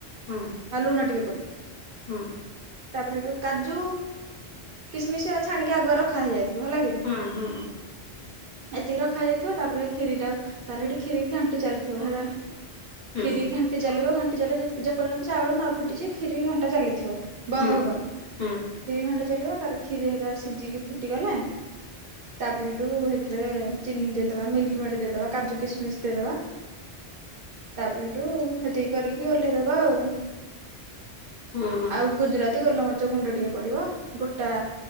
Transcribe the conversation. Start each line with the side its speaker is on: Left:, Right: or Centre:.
Left: ହୁଁ
Right: ଆଉ ଲୁଣ ଟିକେ ପଡିବ।
Left: ହୁଁ
Right: ତାପରେ ଏଠୁ କାଜୁ କିସମିସ୍ ଏରା ଛାଣିକି ଆଗୁଆ ରଖା ହେଇଯାଇଥିବ ହେଲାକି।
Left: ହୁଁ ହୁଁ।
Right: ଏତିକି ରଖା ହେଇଯାଇଥିବ ତାପରେ କ୍ଷୀରିଟା ତାର ହେଠି ଖିରିକି ଘାଣ୍ଟି ଚାଲିଥିବ ହେରା,
Left: ହୁଁ
Right: ଖିରିକି ଘା ଟି ଚାଲିବ ଘାଣ୍ଟି ଚାଲିବ ଯେତ୍ ଯେପର୍ଯ୍ୟନ୍ତ ଚାଉଳ ନ ଫିଟିଛି ଖିରି ଘଣ୍ଟା ଚାଲିଥିବ। ବନ୍ଦ
Left: ହୁଁ
Right: ହବନି। ଖିରି
Left: ହୁଁ
Right: ଘଣ୍ଟା ଚାଲିବ ତାପରେ ଖିରି ହେକା ସିଝିକି ଫିଟିଗଲେ ତାପରେ ହେଠୁ ହେଥିରେ ଚିନି ଦେଇଦବା ମିଲ୍କ ମେଡ ଦେଇଦବା କାଜୁ କିସ୍ ମିସ୍ ଦେଇଦବା ତାପରେ ହେଠୁ ହେତିକି କରିକି ଓହ୍ଲେଇଦବା ଆଉ
Left: ହୁଁ
Right: ଆଉ ଗୁଜୁରା ତି ଗୋଲମରିଚ ଗୁଣ୍ଡ ଟିକେ ପଡିବ ଗୋଟା